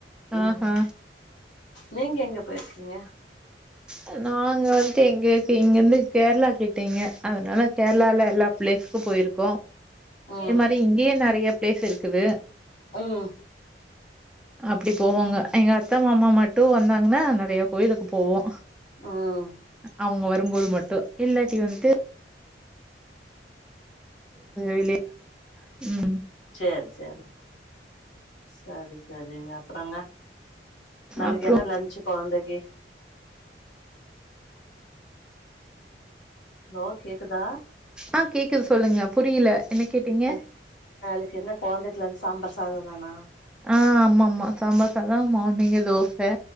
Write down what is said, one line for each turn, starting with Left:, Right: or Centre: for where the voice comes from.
Left: ம்
Centre: ஆஹா
Left: நீங்க எங்க போயிருக்கீங்க
Centre: அ நாங்க வந் து எங்கள்க்கு இங்கந்து கேர்ளா கிட்டீங்க அதனால கேர்ளால எல்லா பிளேஸ்க்கு போயிருக்கோ
Left: ம்
Centre: து இங்கியே நெறைய பிளேஸ் இருக்குது
Left: ம்
Centre: அப்டி போவோங்க எங்க அத்த மாமா மட்டு வந்தாங்கனா ந றைய கோயிலுக்கு போவோ
Left: ம்
Centre: அவுங்க வரு போது மட்டு இல்லாட்டி வன்ட்டு வெளிய ம்
Left: செரி செரி சரி சரிங்க அப்றங்க நளைக்கு
Centre: அப்றோ
Left: என்ன லஞ்சு கொழந்தைக்கி ஹலோ கேக்குதா
Centre: ஆ கேக்குது சொல்லுங்க புரியில என்ன கேட்டீங்க
Left: நாளைக்கு நாளைக்கு என்ன கொழந்தைக்லா சாம்பார் சாத தானா
Centre: ஆ ஆமா ஆமா சாம்பார் சாதோ மார்னிங்கே தோச